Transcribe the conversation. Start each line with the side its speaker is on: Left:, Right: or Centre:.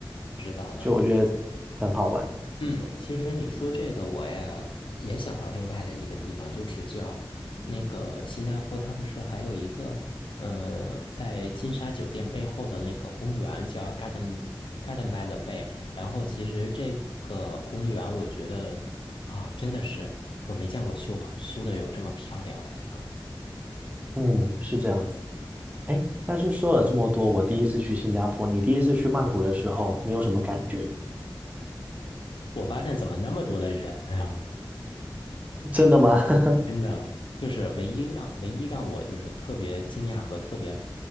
Left: 知道了。
Right: 就我觉得很好玩。
Left: 嗯其实你说这个，我呀也想到另外的一个地方，就是叫那个新加坡，它不是还有一个，嗯、在金沙酒店背后的那个公园叫 Garden Garden by the Bay。然后其实这个公园，我觉得啊、真的是我没见过修好修的有这么漂亮的一个。
Right: 嗯，是这样子。哎，但是说了这么多，我第一次去新加坡，你第一次去曼谷的时候，你有什么感觉？
Left: 我发现怎么那么多的人啊？
Right: 真的吗？<laughs>
Left: 真的就是唯一让唯一让我就是特别惊讶和特别